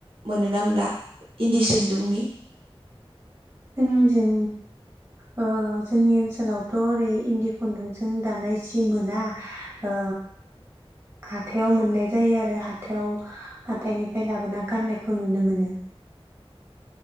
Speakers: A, on the right (about 60°); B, on the right (about 20°).
A: मोनो ना मोनला इन्दि सुन्दुंनि?
B: जोंनिजों ओ जोंनि ओनसोलावथ' ओरै इन्दि खुन्दुंजों दानाय जि मोना ओ हाथायाव मोननाय जायो आरो हाथायाव हाथाइनिफ्राय लाबोना गाननायखौ नुनो मोनो।